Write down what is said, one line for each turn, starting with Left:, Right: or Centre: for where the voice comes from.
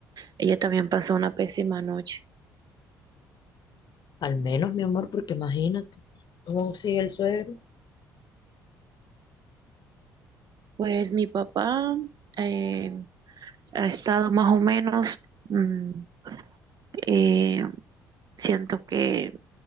Right: ella también pasó una pésima noche.
Left: Al menos, mi amor, porque imagínate cómo sigue el suegro.
Right: Pues mi papá eh, ha estado más o menos. mm, Eh, siento que